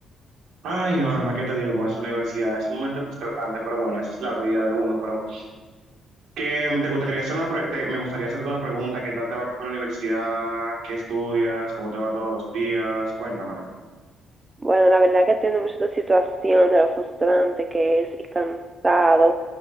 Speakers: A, on the right; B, on the right.
A: Ay, Norma, ¿qué te digo con esa universidad? Es un momento frustrante, pero bueno, esa es la vida de uno, pero Que mm, te gustaría hacer una pre- te- me gustaría hacerte una pregunta, ¿qué tal te va con la universidad? ¿Qué estudias? ¿Cómo te va todos los días? Cuéntame.
B: Bueno, la verdad que entiendo mucho tu situación, de lo frustrante que es y cansado